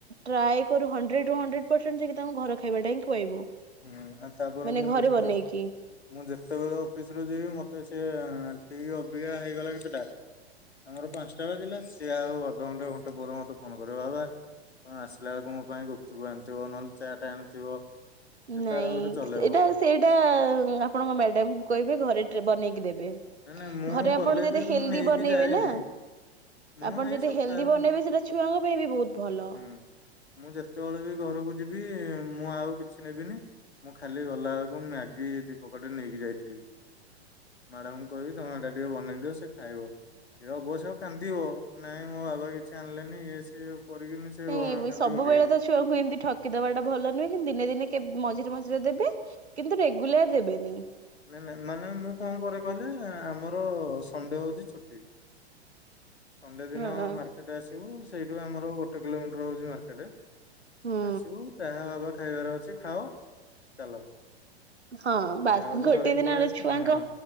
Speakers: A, on the right; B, on the left.
A: ଟ୍ରାଏ କରୁ ହଣ୍ଡ୍ରେଡ ରୁ ହୁଲଣ୍ଡ୍ରେଡ ପରସେଣ୍ଟ ଯ ତାଙ୍କୁ ଘର ଖାଇବା ଟା ହିଁ ଖୁଆଇବୁ।
B: ହୁଁ ଆଉ ତାପରେ
A: ମାନେ
B: ମୁଁ
A: ଘରେ
B: ଯେତେ
A: ବନେଇକି।
B: ମୁଁ ଯେତେବେଳେ ଅଫିସ ରୁ ଯିବି ମତେ ସିଏ ଠିକ ଅବିକା ହେଇଗଲା କି ସେଟା ଆମର ପାଞ୍ଚଟା ବାଜିଲା, ସିଏ ଆଉ ଅଧଘଣ୍ଟା ଘଣ୍ଟାଏ ପରେ ମତେ ଫୋନ କରିବ ବାବା ତମେ ଆସିଲା ବେଳକୁ ମୋ ପାଇଁ ଗୁପଚୁପ ଆଣିଥିବ ନହେଲେ ଚାଟ୍ ଆଣିଥିବ। ସେ
A: ନାଇଁ
B: ତାର ଗୋଟେ ଚଲେଇବ।
A: ସେଇଟା ସେଇଟା ଆପଣଙ୍କ ମ୍ୟାଡାମଙ୍କୁ
B: ହୁଁ
A: କହିବେ ଘରେ ବନେଇକି ଦେବେ।
B: ନାଇଁ ନାଇଁ ମୁଁ
A: ଘରେ
B: ଗଲେ
A: ଆପଣ ଯଦି
B: ବି
A: ହେଲଦି
B: ମୁଁ ନେଇକି
A: ବନେଇବେ
B: ଯାଏନି
A: ନା
B: ମୁଁ
A: ଆପଣ
B: ହେଇ
A: ଯଦି
B: ସପ୍ତାହକୁ
A: ହେଲ୍ଦି ବନେଇବେ ସେଇଟା ଛୁଆଙ୍କ ପାଇଁ ବି ବହୁତ ଭଲ।
B: ହୁଁ ମୁଁ ଯେତେବେଳେ ବି ଘରକୁ ଯିବି ମୁଁ ଆଉ କି କିଛି ନେବିନି, ମୁଁ ଖାଲି ଗଲାବେଳକୁ ମ୍ୟାଗି ଦି ପକେଟ ନେଇକି ଯାଇଥିବି। ମ୍ୟାଡାାମଙ୍କୁ କହିବି ତମ ଏଡା ଟିକେ ବନେଇ ଦିଅ ସେ ଖାଇବ, ଏ ଅବଶ୍ୟ କାନ୍ଦିବ ନାଇଁ ମୋ ବାବା କିଛି ଆଣିଲେନି ଇଏ ସିଏ କରିକିନି ସେ
A: ନାଇଁ
B: କାନ୍ଦିବ
A: ସବୁବେଳେ
B: ଟିକେ।
A: ତ ଛୁଆଙ୍କୁ ଏମତି ଠକିଦବାଟା ଭଲ ନୁହେଁ କିନ୍ତୁ ଦିନେ ଦିନେ କେବେ ମଝିରେ ମଝିରେ ଦେବେ। କିନ୍ତୁ ରେଗୁଲାର ଦେବେନି।
B: ନାଇଁ ନାଇଁ ମାନେ ମୁଁ କଣ କରେ କହିଲେ ଆମର ସଣ୍ଡେ ହଉଛି ଛୁଟି। ସଣ୍ଡେ ଦିନ
A: ହଁ
B: ମାର୍କ ଆସିବୁ ସେଇଠୁ ଆମର ଗୋଟେ କିଲୋମିଟର ହଉଛି ମାର୍କେଟ।
A: ହୁଁ
B: ଆସିବୁ ଯାହା ବାବା ଖାଇବାର ଅଛି ଖାଅ ଚାଲ।
A: ହଁ।
B: ସନ୍ଧ୍ୟା
A: ବାଶ୍
B: ବେଳକୁ
A: ଗୋଟେ
B: ଧରିକି
A: ଦିନରେ
B: ପଳେଇ ଆସ
A: ଛୁଆଙ୍କ
B: ହଁ